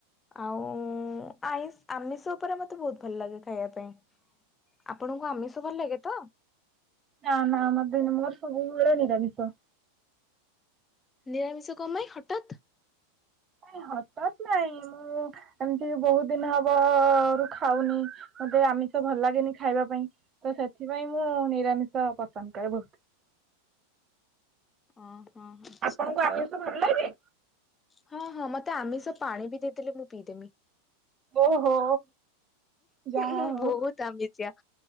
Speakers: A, on the left (about 15°); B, on the right (about 25°).
A: ଆଉ ଆମିଷ ଉପରେ ମତେ ବହୁତ ଭଲ ଲାଗେ ଖାଇବା ପାଇଁ। ଆପଣଙ୍କୁ ଆମିଷ ଭଲ ଲାଗେ ତ?
B: ନାଁ ନାଁ ମୋର ସବୁବେଳେ ନିରାମିିଶ।
A: ନିରାମିଷ କଣ ପାଇଁ ହଠାତ୍?
B: ନାଇ ହଠତ୍ ନାଇଁ ମୁଁ ଏମିତି ବହୁତ ଦିନ ହବ ରୁ ଖାଉନି। ମୋତେ ଆମିଷ ଭଲ ଲାଗେନି ଖାଇବା ପାଇଁ ତ ସେଥିପାଇଁ ମୁଁ ନିରାମିଷ ପସନ୍ଦ କରେ ବହୁତ।
A: ଓହୋ ହୋ।
B: ଆପଣଙ୍କୁ ଆଡମିସନ ଭଲ ଲାଗେ?
A: ହଁ ହଁ ମତେ ଆମିଷ ପାଣି ବି ଦେଇଦେଲେ ମୁଁ ପିଇଦେବି।
B: ଓହୋ ଯାହା
A: ମୁଁ
B: ହଉ
A: ବହୁତ ଆମିଜଆ